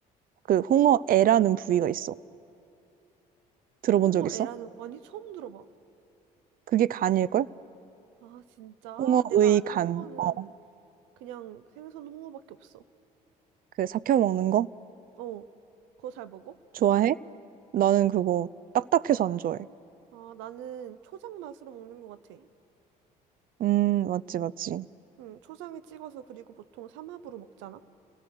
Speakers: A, on the right (about 45°); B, on the right (about 70°).
A: 그 홍어애라는 부위가 있어. 들어본
B: 홍어애라는,
A: 적 있어?
B: 아니, 처음 들어봐.
A: 그게 간일걸?
B: 아, 진짜.
A: 홍어의
B: 내가 아는
A: 간.
B: 홍어는
A: 어,
B: 그냥 생선 홍어밖에 없어.
A: 그 삭혀 먹는 거?
B: 어. 그거 잘 먹어?
A: 좋아해? 나는 그거 딱딱해서 안 좋아해.
B: 아, 나는 초장 맛으로 먹는 것 같아.
A: 음, 맞지, 맞지.
B: 응, 초장에 찍어서 그리고 보통 삼합으로 먹잖아?